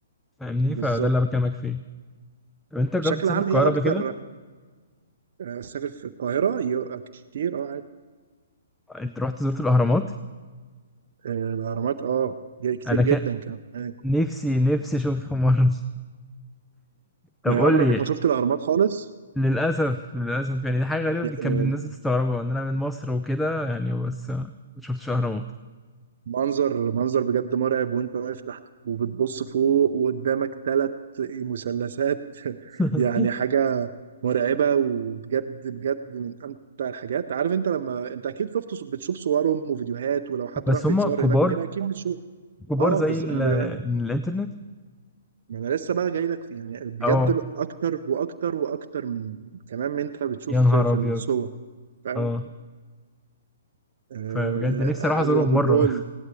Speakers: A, in the centre; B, on the right.
A: فاهمني
B: بالظبط
A: فده اللي أنا بكلمك فيه طب انت جربت
B: بشكل
A: تسافر
B: عام
A: القاهره
B: ايه اكتر
A: قبل كده
B: آه، سافر في القاهرة يو- كتير اه عادي.
A: انت رحت زرت الاهرامات
B: آه، الاهرامات اه كتير
A: انا
B: جدا
A: كان
B: كمان
A: نفسي نفسي اشوفهم مره <laughs> طب
B: ما
A: قول
B: عمرك
A: لي
B: ما شفت الاهرامات خالص
A: للاسف للاسف يعني دي حاجه غريبه كان
B: آه،
A: الناس بتستغربها ان انا من مصر وكده يعني بس ما شفتش اهرامات
B: منظر منظر بجد مرعب وانت واقف تحت وبتبص فوق وقدامك ثلاث مثلثات
A: <laughs>
B: يعني حاجة مرعبة وبجد بجد من امتع الحاجات عارف انت لما انت اكيد شفت بتشوف صورهم وفيديوهات ولو حد
A: بس
B: راح بيتصور
A: هم كبار
B: هناك وكده اكيد بتشوف
A: كبار
B: اه
A: زي
B: بس
A: ال-
B: انا بل...
A: الانترنت
B: ما انا لسه بقى جاي لك في، يعني بجد
A: اه
B: اكتر واكتر واكتر من كمان من انت بتشوف
A: يا نهار
B: في في
A: ابيض
B: الصور فاهم
A: اه
B: آه،
A: فبجد نفسي اروح ازورهم
B: وابو
A: مره
B: الهول
A: <laughs>